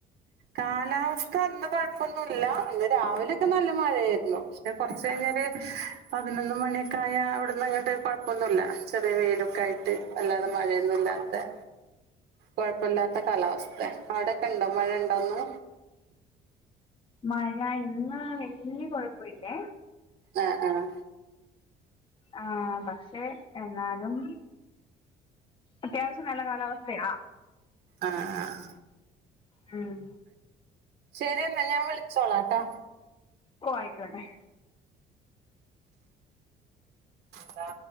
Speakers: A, on the right; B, on the left.
A: കാലാവസ്ഥ ഇന്ന് കൊഴപ്പൊന്നുല്ല ഇന്ന് രാവിലെയൊക്കെ നല്ല മഴയാരുന്നു പിന്നെ കൊറച്ച് കഴിഞ്ഞൊര് പതിനൊന്ന് മണിയൊക്കെ ആയാൽ അവിടുന്ന് ഇങ്ങോട്ട് കൊഴപ്പൊന്നുല്ല ചെറിയ വെയിലൊക്കെ ആയിട് ട്ട് അല്ലാതെ മഴയൊന്നും ഇല്ലാത്ത കൊഴപ്പില്ലാത്ത കാലാവസ്ഥ അവിടൊക്കെ ണ്ടോ മഴ ഉണ്ടോന്ന്
B: മഴ ഇന്ന് വല്യ കൊഴപ്പം ഇല്ലേ
A: ആഹ് ആഹ്
B: ആഹ് പക്ഷെ എന്നാലും അത്യാവശ്യം നല്ല കാലാവസ്ഥയാ
A: ആഹ് ആഹ്
B: ഉം
A: ശരിയെന്നാ ഞാൻ വിളിച്ചോളാട്ടാ
B: ഓഹ് ആയിക്കോട്ടെ
A: താ